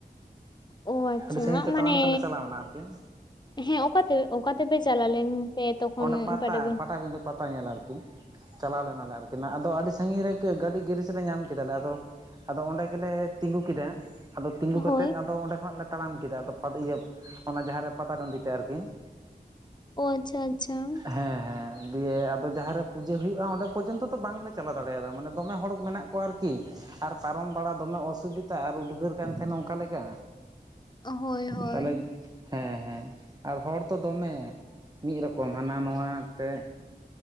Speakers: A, on the left; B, on the right.
A: ᱚ ᱟᱪᱪᱷᱟ
B: ᱟᱹᱰᱤ ᱥᱟᱺᱜᱤᱧ ᱛᱮ
A: ᱢᱟᱱᱮ
B: ᱛᱟᱲᱟᱢ ᱛᱮᱞᱮ ᱪᱟᱞᱟᱣᱱᱟ ᱟᱨᱠᱤ
A: ᱦᱮᱸ ᱚᱠᱟᱛᱮ ᱚᱠᱟ ᱛᱮᱯᱮ ᱪᱟᱞᱟᱣ ᱞᱮᱱ ᱛᱮ ᱛᱚᱠᱷᱚᱱ
B: ᱚᱱᱰᱮ ᱯᱟᱛᱟ
A: ᱯᱟᱴᱟᱵᱤᱸᱫᱷᱟᱹ
B: ᱯᱟᱴᱟᱵᱤᱸᱫᱟ. ᱯᱟᱛ ᱯᱟᱛᱟ ᱧᱮᱞ ᱟᱨᱠᱤ ᱪᱟᱞᱟᱣ ᱞᱮᱱᱟᱞᱮ ᱟᱨᱠᱤ ᱟᱫᱚ ᱟᱹᱰᱤ ᱥᱟᱺᱜᱤᱧ ᱨᱮ ᱜᱟᱹᱰᱤ ᱜᱨᱮᱤᱡ ᱞᱮ ᱧᱟᱢ ᱠᱮᱫᱟᱞᱮ ᱟᱫᱚ ᱟᱫᱚ ᱚᱸᱰᱮ ᱜᱮᱞᱮ ᱛᱤᱸᱜᱩ ᱠᱮᱫᱟ ᱟᱫᱚ ᱛᱤᱸᱜᱩ
A: ᱦᱳᱭ
B: ᱠᱟᱛᱮ ᱟᱫᱚ ᱚᱸᱰᱮ ᱠᱷᱚᱱᱟᱜ ᱞᱮ ᱛᱟᱲᱟᱢ ᱠᱮᱫᱟ ᱟᱫᱚ ᱤᱭᱟᱹ ᱚᱱᱟ ᱡᱟᱦᱟᱸᱨᱮ ᱯᱟᱛᱟ ᱴᱟᱺᱰᱤ ᱛᱮ ᱟᱨᱠᱤ ᱾
A: ᱟ ᱟᱪᱪᱷᱟ ᱟᱪᱪᱷᱟ ᱾
B: ᱦᱮᱸ ᱦᱮᱸ ᱾ ᱫᱤᱭᱮ ᱟᱫᱚ ᱡᱟᱦᱟᱸᱨᱮ ᱯᱩᱡᱟᱹ ᱦᱩᱭᱩᱜᱼᱟ ᱚᱸᱰᱮ ᱯᱚᱨᱡᱚᱱᱛᱚ ᱵᱟᱝ ᱞᱮ ᱪᱟᱞᱟᱣ ᱫᱟᱲᱮᱭᱟᱫᱟ ᱢᱟᱱᱮ ᱫᱚᱢᱮ ᱦᱚᱲ ᱢᱮᱱᱟᱜ ᱠᱚᱣᱟ ᱟᱨᱠᱤ᱾ ᱟᱨ ᱯᱟᱨᱚᱢ ᱵᱟᱲᱟ ᱫᱚᱢᱮ ᱚᱥᱩᱵᱤᱛᱟ ᱟᱨ ᱩᱫᱽᱜᱟᱹᱨ ᱠᱟᱱ ᱛᱟᱦᱮᱱ ᱚᱱᱠᱟ ᱞᱮᱠᱟ,
A: ᱦᱳᱭ ᱦᱳᱭ
B: ᱛᱟᱦᱞᱮ ᱦᱮᱸ ᱦᱮᱸ, ᱟᱨ ᱦᱚᱲ ᱛᱚ ᱫᱚᱢᱮ ᱢᱤᱫ ᱨᱚᱠ ᱠᱚᱢ ᱦᱟᱱᱟ ᱱᱚᱣᱟ ᱛᱮ᱾